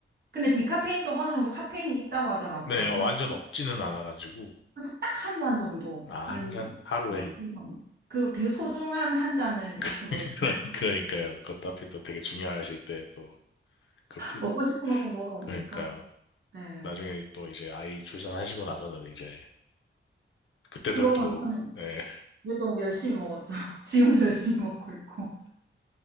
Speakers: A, on the right; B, on the left.
A: 근데 디카페인도 어느 정도 카페인이 있다고 하더라고요.
B: 네, 완전
A: 그래서,
B: 없지는 않아가지고.
A: 그래서 딱 한 잔 정도는,
B: 아, 한 잔 하루에.
A: 어, 그래서 그 되게 소중한 한 잔을 이렇게
B: <laughs>
A: 먹어. <laughs>
B: 그러- 그러니까요. 그것도 하필 또 되게 중요하실 때 또 그렇게.
A: 먹고 싶은 거 꼭 먹어야
B: 그러니까요.
A: 되니까. 네.
B: 나중에 또 이제 아이 출산하시고 나서는 이제 그때도
A: 그러고
B: 또,
A: 나서는
B: 예.
A: 이제 또 열심히 먹었죠. <laughs> 지금도 열심히 먹고 있고.